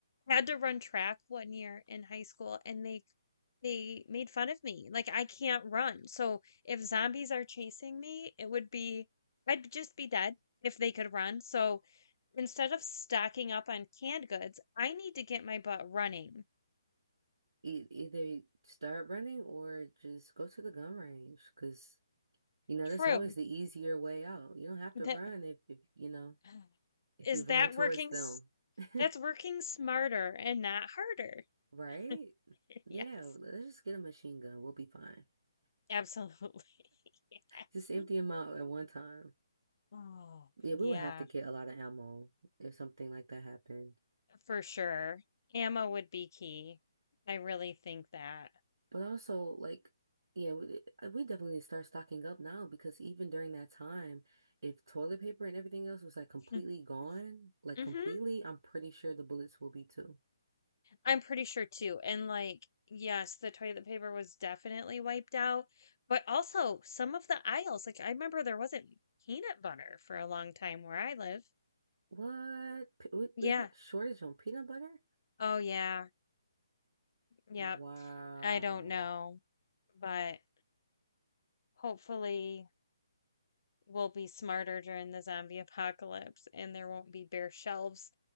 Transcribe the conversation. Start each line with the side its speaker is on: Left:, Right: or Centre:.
Left: had to run track one year in high school and they they made fun of me. Like I can't run. So if zombies are chasing me, it would be I'd just be dead if they could run. So Instead of stocking up on canned goods, I need to get my butt running.
Right: E either start running or just go to the gun range because you know
Left: True.
Right: that's always the easier way out. You don't have
Left: That
Right: to run if, if you know
Left: <sighs>
Right: if
Left: is
Right: you run
Left: that
Right: towards
Left: working
Right: them.
Left: s-
Right: <laughs>
Left: that's working smarter and not harder.
Right: Right?
Left: <laughs> Yes.
Right: Yeah, let's just get a machine gun. We'll be fine.
Left: Absolutely. <laughs> Yes.
Right: Just empty them out at one time.
Left: Oh,
Right: Yeah,
Left: yeah,
Right: we would have to get a lot of ammo if something like that happened.
Left: for sure. Ammo would be key. I really think that.
Right: But also, like, yeah, we, uh, we definitely need to start stocking up now because even during that time, if toilet paper and everything else was like
Left: <laughs>
Right: completely gone, like
Left: Mm-hmm.
Right: completely, I'm pretty sure the bullets will be too.
Left: I'm pretty sure too. And like, yes, the toilet paper was definitely wiped out, but also some of the aisles, like I remember there wasn't peanut butter for a long time where I live.
Right: What? P- We,
Left: Yeah.
Right: we got a shortage on peanut butter?
Left: Oh yeah. Yep.
Right: Wow.
Left: I don't know, but hopefully we'll be smarter during the zombie apocalypse and there won't be bare shelves